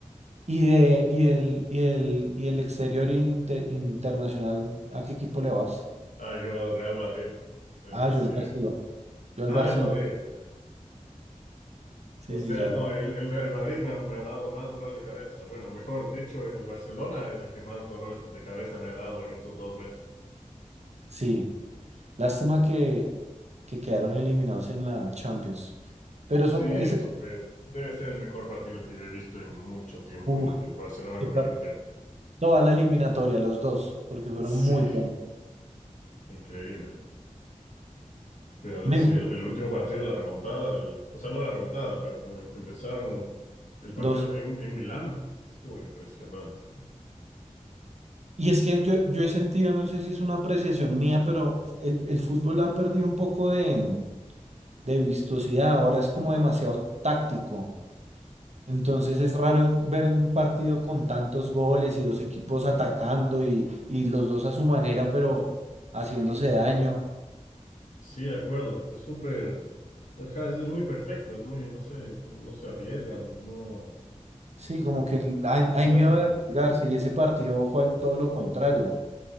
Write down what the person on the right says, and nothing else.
Y, de, y, del, y, del, y del exterior y el inter- internacional, ¿a qué equipo le vas?
Ah,
yo al Barcelona. Yo
al Barcelona.
Sí,
sí, yo
al-
Sí. Lástima que, que quedaron eliminados en la Champions. Pero eso,
ese,
uf,
qué
par-
toda la eliminatoria, los dos, porque fueron
muy buenos.
Me
gustó
Y es que yo, yo he sentido, no sé si es una apreciación mía, pero el, el fútbol ha perdido un poco de, de vistosidad, ahora es como demasiado táctico. Entonces es raro en- ver un partido con tantos goles y dos equipos atacando y, y los dos a su manera, pero haciéndose
daño.
Sí, como que el- hay,
hay
miedo de arriesgarse y ese partido fue todo lo contrario.